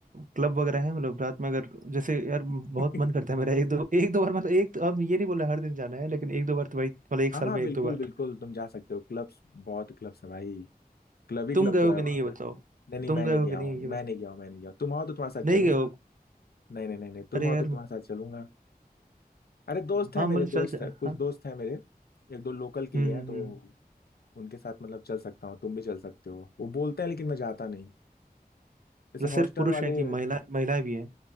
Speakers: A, on the right; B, on the left.
A: क्लब वगैरह है मतलब रात में अगर जैसे यार बहुत
B: <laughs>
A: मन करता है मेरा एक दो एक दो बार मतलब एक तो, अब ये नहीं बोला हर दिन जाना है लेकिन एक दो बार तो भाई मतलब एक
B: हाँ
A: साल
B: हाँ,
A: में
B: बिल्कुल
A: एक दो बार
B: बिल्कुल तुम जा सकते हो क्लब्स बहुत क्लब्स है भाई क्लब ही
A: तुम
B: क्लब
A: गए
B: तो
A: हो
B: है
A: कि
B: वहाँ
A: नहीं ये बताओ
B: पे नहीं नहीं
A: तुम
B: मैं
A: गए
B: नहीं
A: हो
B: गया
A: कि नहीं
B: हूँ
A: ये बताओ
B: मैं नहीं गया हूँ मैं नहीं गया हूँ। तुम आओ तो तुम्हारे साथ
A: नहीं
B: चलूंगा
A: गए हो
B: नहीं नहीं नहीं नहीं तुम
A: अरे
B: आओ
A: यार
B: तो तुम्हारे साथ चलूंगा अरे दोस्त
A: हाँ
B: है मेरे
A: मतलब
B: दोस्त
A: चल चल
B: है कुछ
A: हाँ
B: दोस्त है मेरे एक दो लोकल के
A: हम्म
B: ही हैं
A: हम्म
B: तो
A: हम्म
B: उनके साथ मतलब चल सकता हूँ तुम भी चल सकते हो वो बोलते हैं लेकिन मैं जाता नहीं जैसे
A: मतलब
B: हॉस्टल
A: सिर्फ पुरुष
B: वाले
A: हैं कि महिला महिलाएं भी हैं